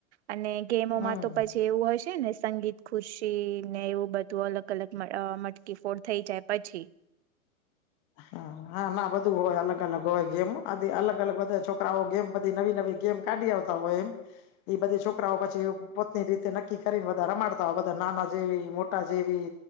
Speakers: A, on the right; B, on the left.
A: અને ગેમોમાં
B: હમ
A: તો પછી એવું હશે છે ને સંગીત ખુશી ને એવું બધું અલગ અલગ મટકી ફોડ થઈ જાય પછી
B: હા હા ના બધું હોય અલગ અલગ હોય ગેમ આધ અલગ અલગ બધા છોકરાઓ ગેમ બધી નવી નવી ગેમ કાઢી આવતા હોય એમ એ બધી છોકરાઓ પછી પોતની રીતે નક્કી કરીને બધા રમાડતા હોય બધા નાના જેવી મોટા જેવી